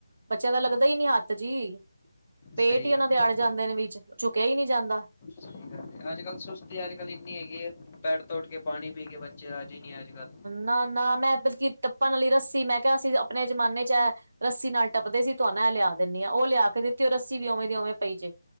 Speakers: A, on the right; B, on the left.
A: ਬੱਚਿਆਂ ਦਾ ਲੱਗਦਾ ਈ ਨੀ ਹੱਥ ਜੀ। ਪੇਟ
B: ਸਹੀ
A: ਈ
B: ਗੱਲ
A: ਉਹਨਾ ਦੇ
B: ਹੈ
A: ਅੜ ਜਾਂਦੇ ਨੇ ਵਿੱਚ, ਝੁਕਿਆ ਈ ਨ੍ਹੀਂ ਜਾਂਦਾ।
B: ਸਹੀ ਗੱਲ ਏ। ਅੱਜ-ਕੱਲ ਸੁਸਤੀ, ਅੱਜ-ਕੱਲ ਇੰਨੀ ਹੈਗੀ ਐ। ਬੈਡ ਤੋ ਉੱਠ ਕੇ ਪਾਣੀ ਪੀ ਕੇ ਬੱਚੇ ਰਾਜ਼ੀ ਨ੍ਹੀਂ ਅੱਜ-ਕੱਲ।
A: ਨਾ-ਨਾ, ਮੈਂ ਬਲਕਿ ਟੱਪਣ ਆਲੀ ਰੱਸੀ, ਮੈਂ ਕਿਹਾ ਅਸੀ ਆਪਣੇ ਜਮਾਨੇ 'ਚ ਐ ਰੱਸੀ ਨਾਲ ਟੱਪਦੇ ਸੀ। ਤੁਵਾ ਨਾ ਐਹ ਲਿਆ ਦਿੰਨੀ ਆ। ਉਹ ਲਿਆ ਕੇ ਦਿੱਤੀ, ਉਹ ਰੱਸੀ ਵੀ ਉਵੇਂ ਦੀ ਉਵੇਂ ਪਈ ਜੇ।